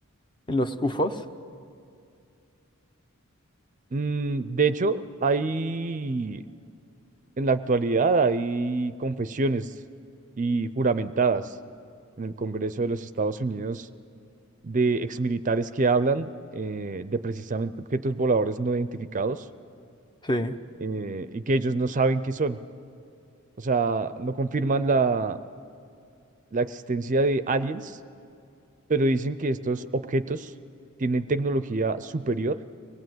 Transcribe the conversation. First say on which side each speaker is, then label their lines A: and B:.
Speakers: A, on the left (about 20°); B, on the right (about 35°).
A: en los UFOs?
B: mm, de hecho, hay, en la actualidad hay confesiones y juramentadas en el Congreso de los Estados Unidos de exmilitares que hablan eh, de precisamente objetos voladores no identificados
A: Sí.
B: eh, y que ellos no saben qué son. O sea, no confirman la, la existencia de aliens, pero dicen que estos objetos tienen tecnología superior